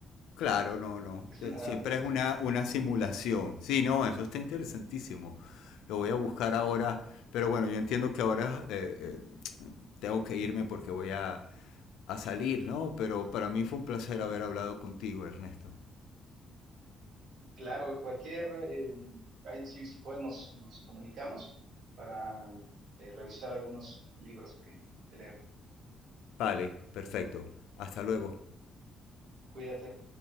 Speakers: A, on the left; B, on the right.
A: Claro, no, no.
B: Es
A: Eh,
B: una buena
A: Siempre
B: pregunta.
A: es una, una simulación. Sí, no, eso está interesantísimo. Lo voy a buscar ahora. Pero bueno, yo entiendo que ahora eh, eh, tengo que irme porque voy a, a salir, ¿no? Pero para mí fue un placer haber hablado contigo, Ernesto.
B: Claro, cualquier, eh, ahí si, si puedes nos, nos comunicamos para eh, revisar algunos libros que que leer.
A: Vale, perfecto. Hasta luego.
B: Cuídate.